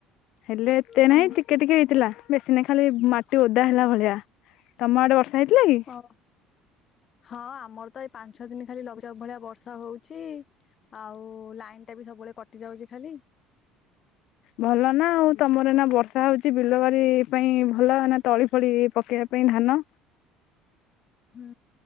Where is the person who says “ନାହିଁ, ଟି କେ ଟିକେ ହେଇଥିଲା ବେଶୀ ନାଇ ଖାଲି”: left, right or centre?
Left